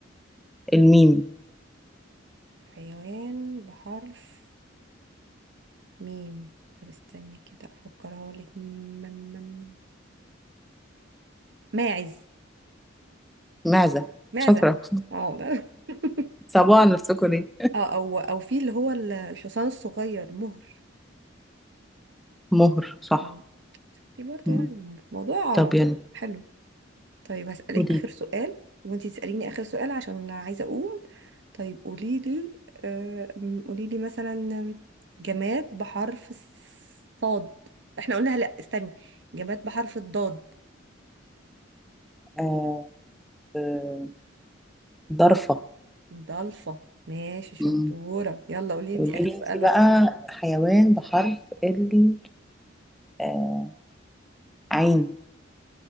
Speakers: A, in the centre; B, on the right.
A: الميم
B: حيوان بحرف ميم طب استني كده أفكرها لك مم- مم- ماعز
A: معزة
B: ماعزة
A: شاطرة
B: يعني اه ده. <laughs>
A: صعبة على نفسكوا ليه
B: اه او او في اللي هو ال- الحصان الصغير مهر
A: مهر صح
B: آه، شفتي برضه
A: مم.
B: يعني الموضوع
A: طب يلا
B: حلو طيب هسألك
A: قولي
B: آخر
A: لي.
B: سؤال وانتي تسأليني آخر سؤال عشان عايزة أقوم طيب قولي لي آه م- قولي لي مثلا جماد بحرف الصاد احنا قلنا لا استني جماد بحرف الضاد
A: آه آه، ضرفة
B: ضلفة ماشي شطورة
A: مم.
B: يلا قولي
A: قولي
B: انتي آخر
A: لي
B: سؤال
A: انت
B: بقى
A: بقى حيوان بحرف ال آه عين